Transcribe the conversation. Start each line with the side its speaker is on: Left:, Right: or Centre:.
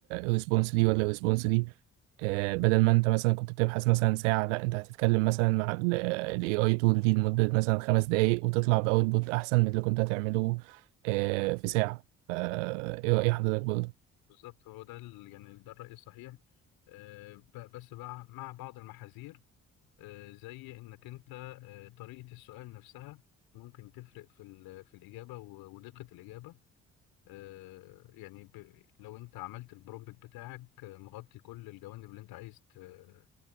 Right: ريسبونس دي ولا ريسبونس دي آه، بدل ما انت مثلا كنت بتبحث مثلا ساعة لا انت هتتكلم مثلا مع الاي اي تول دي لمدة مثلا خمس دقايق وتطلع باوتبوت احسن من اللي كنت هتعمله آه، في ساعة فا ايه رأي حضرتك
Left: بالظبط
Right: برضه
Left: بالظبط هو ده ال- يعني ده الرأي الصحيح آه، ب- بس بقى مع بعض المحاذير آه، زي انك انت آه، طريقة السؤال نفسها ممكن تفرق في ال- في الإجابة و- ودقة الإجابة آه، يعني ب- لو انت عملت البرومبت بتاعك آه، مغطي كل الجوانب اللي انت عايز ت-